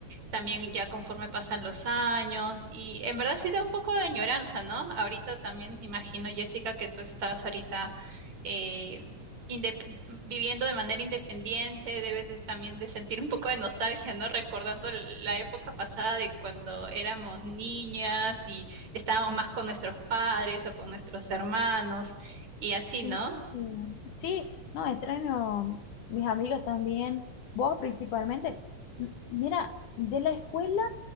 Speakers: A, on the right; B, on the left.
A: también ya conforme pasan los años y en verdad sí da un poco de añoranza, ¿no? Ahorita también imagino, Jessica, que tú estás ahorita eh, indep- viviendo de manera independiente, debes de- también de sentir un poco de nostalgia, ¿no? Recordando l- la época pasada de cuando éramos niñas y estábamos más con nuestros padres o con nuestros hermanos y así,
B: Sí,
A: ¿no?
B: sí, no, extraño mis amigas también, vos principalmente. M- Mira, de la escuela